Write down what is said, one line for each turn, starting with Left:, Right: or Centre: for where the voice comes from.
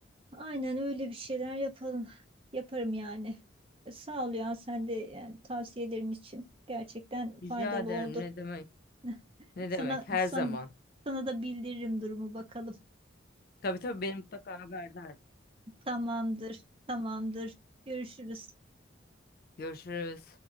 Right: Aynen öyle bir şeyler yapalım. Yaparım yani. E, Sağ ol ya sen de yani tavsiyelerin için gerçekten
Left: Rica
Right: faydalı
Left: ederim
Right: oldu.
Left: ne demek.
Right: <laughs>
Left: Ne
Right: Sana
Left: demek? Her
Right: san-
Left: zaman.
Right: sana da bildiririm durumu bakalım.
Left: Tabii tabii beni mutlaka haberdar.
Right: Tamamdır. Tamamdır. Görüşürüz.
Left: Görüşürüz.